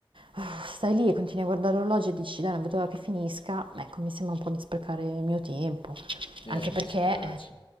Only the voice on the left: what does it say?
Eh,
mi
spiace.